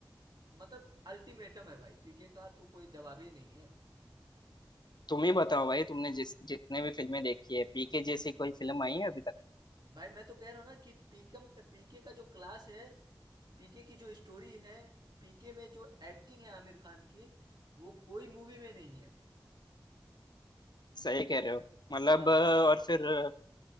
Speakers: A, on the right; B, on the left.
A: मतलब अल्टीमेटम है भाई पीके का तो कोई जवाब ही नहीं है
B: तुम ही बताओ भाई तुमने जिस जितने भी फिल्में देखी है पीके जैसी कोई फिल्म आई है अभी तक
A: भाई मैं तो कह रहा हूँ ना कि पीकम पीके का जो क्लास है पीके की जो स्टोरी है पीके में जो एक्टिंग है आमिर खान की वो कोई मूवी में नहीं है
B: सही कह रहे हो मतलब
A: हाँ
B: अ, और फिर अ,